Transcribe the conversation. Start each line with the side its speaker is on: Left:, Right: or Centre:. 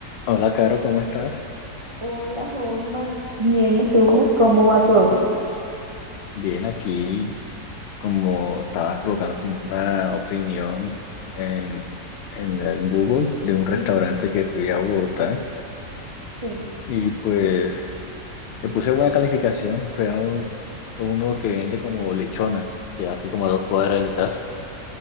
Left: Hola, Caro, ¿cómo estás?
Right: Hola, Holman. Bien, ¿y tú? ¿Cómo va todo?
Left: Bien, aquí como estabas provocando como una opinión en, en el Google de un restaurante
Right: Ujú.
Left: que fui a Bogotá
Right: Sí,
Left: y pues le puse buena calificación. Fue a u- uno que vende como lechona, que aquí como a dos cuadras de mi casa.